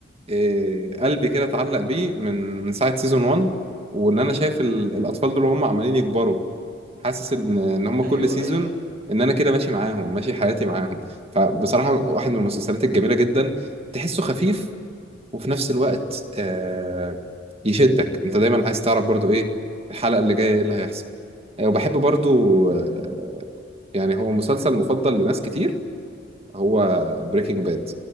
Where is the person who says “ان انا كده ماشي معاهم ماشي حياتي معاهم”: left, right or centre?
Right